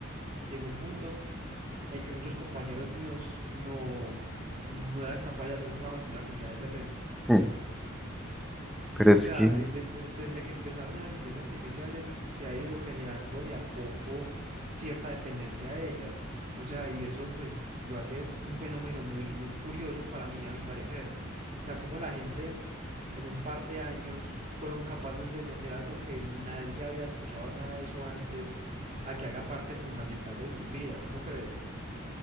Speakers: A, on the right; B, in the centre.
A: llegó un punto en que muchos compañeros míos no, no eran capaces de hacer un trabajo si no era con ChatGPT.
B: Mm, Pero
A: O
B: es
A: sea,
B: que,
A: eh, de- des- desde que empezaron esas inteligencias artificiales, se ha ido generando de a poco cierta dependencia a ellas. O sea, y eso pues lo hace un fenómeno muy, muy curioso para mí, a mi parecer. O sea, como la gente en un par de años fueron capaces de meter algo que nadie había escuchado nada de eso antes, a que haga parte fundamental de sus vidas, ¿no crees?